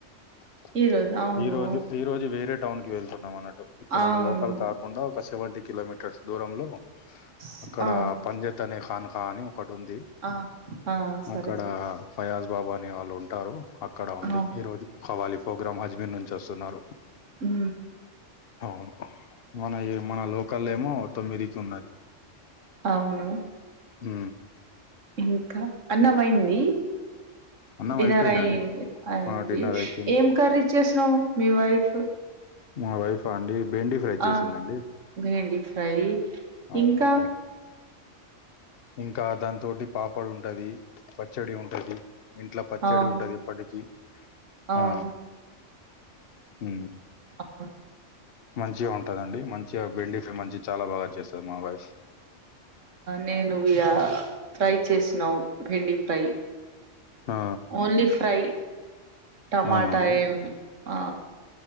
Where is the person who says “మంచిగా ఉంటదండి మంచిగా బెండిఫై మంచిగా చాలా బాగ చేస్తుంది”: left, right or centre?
Left